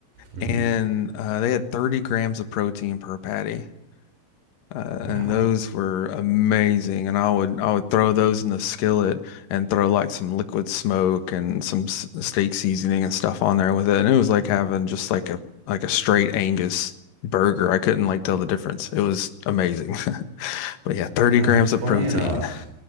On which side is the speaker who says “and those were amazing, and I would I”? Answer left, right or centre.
Left